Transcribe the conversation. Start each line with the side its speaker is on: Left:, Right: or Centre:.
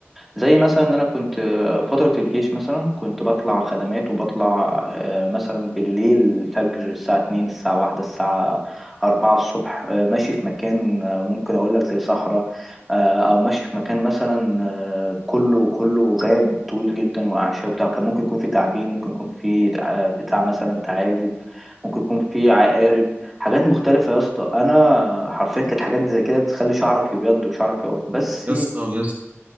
Centre: زي مثلا ان انا كنت آه، فترة الجيش مثلا كنت بطلع خدمات وبطلع آه، مثلا بالليل الفجر الساعة 2 الساعة 1 الساعة 4 الصبح آه، ماشي في مكان آه، ممكن اقول لك زي صحراء آه، او ماشي في مكان مثلا آه، كله كله غاب طويل جدا واعشاب وبتاع كان ممكن يكون في تعابين ممكن يكون في آه، بتاع مثلا ثعالب ممكن يكون في عقارب حاجات مختلفة يا اسطى انا حرفيا كانت حاجات زي كده تخلي شعرك يبيض وشعرك يقف بس
Right: يا اسطى يا اسطى